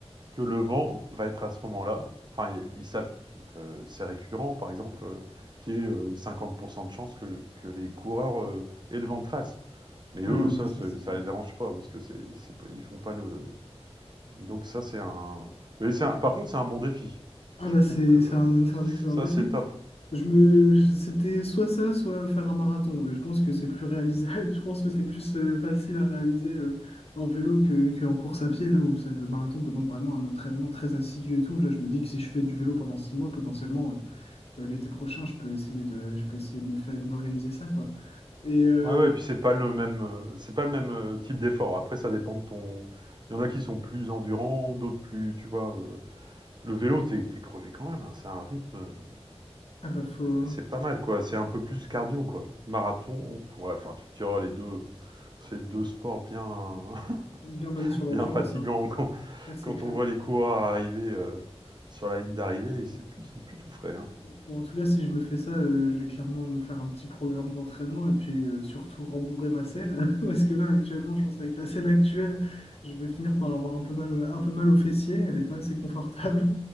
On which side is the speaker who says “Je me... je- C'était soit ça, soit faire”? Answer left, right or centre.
Left